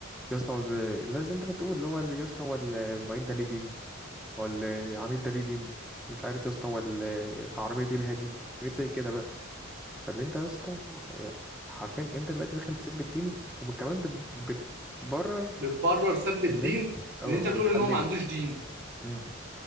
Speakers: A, in the centre; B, on the right.
A: يا اسطى هو الب- اللي زي انت بتقول اللي هو ال- يا اسطى هو المعيد ده ليه دين هو العميد ده ليه دين مش عارف يا اسطى هو العربيه دي ليها دين حاجات زي كده بقى فاللي انت يا اسطى حرفيا انت دلوقتي داخل تسيب الدين وكمان بت- بتبرر
B: بتبرر سب الدين
A: اللي انت اه
B: ان انت
A: وبتحلله
B: بتقول ان هو ما عندوش دين
A: امم